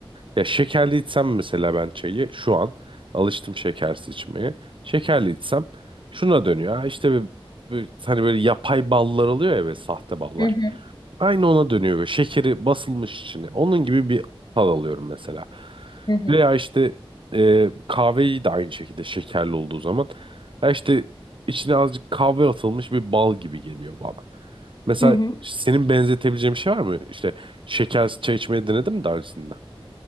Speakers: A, on the right (about 60°); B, on the left (about 45°).
A: Ya şekerli içsem mesela ben çayı şu an alıştım şekersiz içmeye. Şekerli içsem şuna dönüyor. Ha işte bir, bir- hani böyle yapay ballar oluyor ya böyle sahte ballar.
B: Hı hı.
A: Aynı ona dönüyor. Şekeri basılmış içine. Onun gibi bir hal alıyorum mesela.
B: Hı hı.
A: Veya işte e, kahveyi de aynı şekilde şekerli olduğu zaman. Ha işte içine azıcık kahve atılmış bir bal gibi geliyor bana. Mesela
B: Hı hı.
A: senin benzetebileceğin bir şey var mı? İşte şekersiz çay içmeyi denedin mi daha öncesinde?